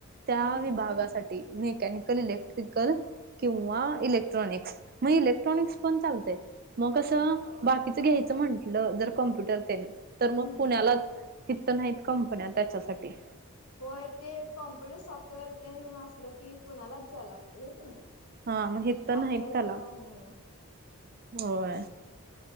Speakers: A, on the right; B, on the left.
A: त्या
B: हम्म
A: विभागासाठी
B: हम्म
A: मेकॅनिकल इलेक् ट्रिकल किंवा इलेक्ट्रॉनिक्स मग इलेक्ट्रॉनिक्स पण चालतंय. मग कसं बाकीचं घ्यायचं म्हंटलं जर कॉम्प्युटर तेन तर मग
B: हम्म
A: पुण्यालाचं. इथं नाहीत कंपन्या त्याच्यासाठी.
B: होय ते कॉम्प्युटर सॉफ्टवेअर तेन असलं की पुण्यालाच जायला लागतंय होय कणी
A: हा मग हित
B: आपल्या
A: नाहीत
B: इथं
A: त्याला
B: काय नाही आहे.
A: होय.